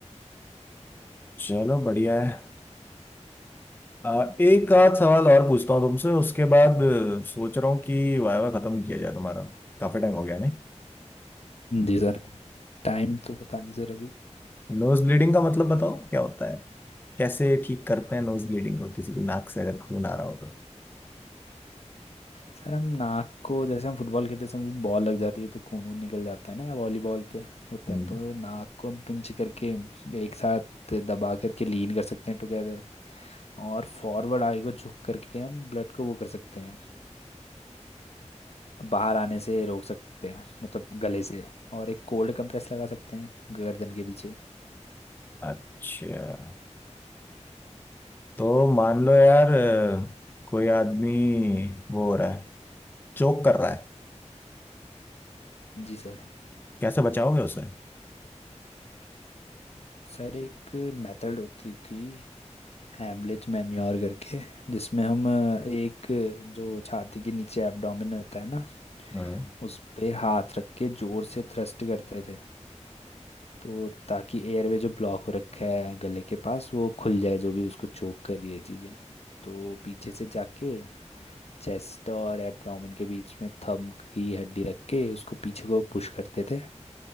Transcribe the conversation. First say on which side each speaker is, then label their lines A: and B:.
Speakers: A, on the left; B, on the left.
A: चलो बढ़िया है अ, एक आध सवाल और पूछता हूँ तुमसे उसके बाद अ, सोच रहा हूँ कि वायवा खत्म किया जाए तुम्हारा काफी टाइम हो गया नहीं
B: जी सर टाइम तो पता नहीं सर अभी
A: नोज ब्लीडिंग का मतलब बताओ क्या होता है कैसे ठीक करते हैं नोज ब्लीडिंग को किसी की नाक से अगर खून आ रहा हो तो
B: सर हम नाक को जैसे हम फुटबॉल खेलते समय बॉल लग जाती है तो खून वून निकल जाता है ना या वॉलीबॉल पे होता
A: हम्म,
B: है तो नाक को हम पिंच करके एक साथ दबा करके लीन कर सकते हैं टुगेदर और फॉरवर्ड आगे को झुक करके हम ब्लड को वो कर सकते हैं बाहर आने से रोक सकते हैं मतलब गले से और एक कोल्ड कंप्रेस लगा सकते हैं गर्दन के पीछे
A: अच्छा तो मान लो यार अ, कोई आदमी वो हो रहा है चोक कर रहा है
B: जी सर
A: कैसे बचाओगे उसे
B: सर एक मेथड होती थी हैमलिच मैन्योर करके जिसमें हम अ, एक जो छाती के नीचे एब्डोमेन होता है ना
A: हम्म,
B: उस पे हाथ रख के जोर से थ्रस्ट करते थे तो ताकि एयरवे जो ब्लॉक हो रखा है गले के पास वो खुल जाए जो भी उसको चोक कर रही है चीज़ें तो पीछे से जाके चेस्ट और एब्डोमेन के बीच में थंब की हड्डी रख के उसको पीछे को पुश करते थे